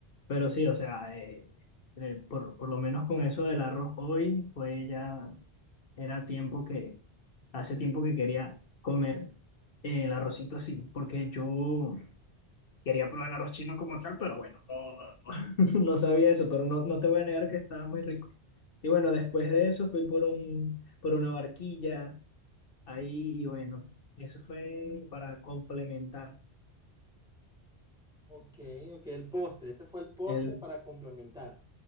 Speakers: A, on the left (about 60°); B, in the centre.
A: Pero sí, o sea, eh, eh, por, por lo menos con eso del arroz hoy fue ya, era tiempo que, hace tiempo que quería comer el arrocito así, porque yo... Quería probar el arroz chino como tal, pero bueno, no, no, no, <laughs> no sabía eso, pero no, no te voy a negar que estaba muy rico. Y bueno, después de eso fui por un, por una barquilla ahí y bueno, eso fue para complementar
B: Ok, ok, el postre, ese fue el postre
A: el...
B: para complementar.